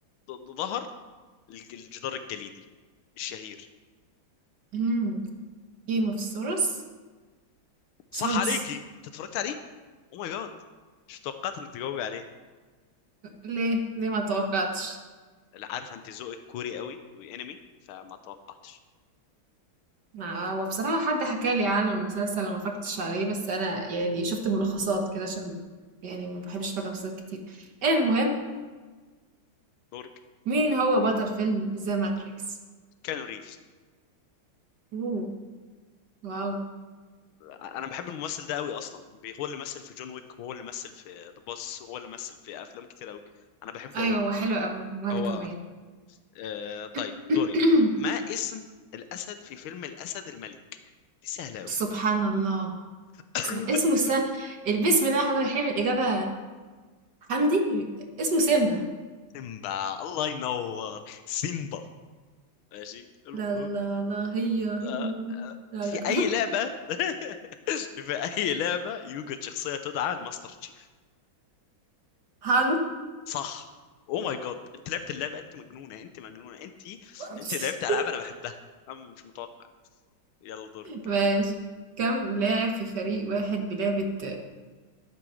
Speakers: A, on the left (about 85°); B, on the right (about 55°).
A: ظ- ظهر الج- الجدار الجليدي الشهير
B: مم. جيم اوف ثرونز
A: صح
B: ثرونز
A: عليكي انت اتفرجت عليه او ماي جاد مش توقعت انك تجاوبي عليه
B: ليه ليه ما توقعتش
A: لا، عارف انت ذوقك كوري قوي وانمي فما توقعتش
B: ما هو بصراحة حد حكى لي عن المسلسل أنا ما فكرتش عليه بس أنا يعني شفت ملخصات كده عشان يعني ما بحبش فاكر مسلسلات كتير المهم
A: دورك
B: مين هو بطل فيلم ذا ماتريكس
A: كانو ريفز
B: اوه واو
A: انا بحب الممثل ده قوي اصلا بي- هو اللي مثل في جون ويك وهو اللي مثل في ذا بوس وهو اللي مثل في افلام كتير قوي انا بحبه
B: أيوه
A: قوي
B: هو حلو أوي وأنا
A: هو
B: كمان
A: آه طيب
B: <coughs> <clears throat>
A: دوري ما اسم الاسد في فيلم الاسد الملك دي سهله قوي
B: سبحان الله
A: <coughs>
B: سب- اسمه
A: <laughs>
B: سا... بسم الله الرحمن الرحيم الإجابة حمدي اسمه سيمبا
A: سيمبا الله ينور سيمبا ماشي المهم
B: لا لا لا هي هي
A: آه، آه،
B: لا
A: في
B: لك
A: اي لعبه <laughs> في اي لعبه يوجد شخصيه تدعى الماستر تشيف
B: <laughs> هالو
A: صح او ماي جاد انت لعبت اللعبه انت مجنونه انت مجنونه انت
B: <laughs>
A: انت لعبت العاب انا بحبها انا مش متوقع يلا دورك
B: ماشي كم لاعب في فريق واحد بلعبة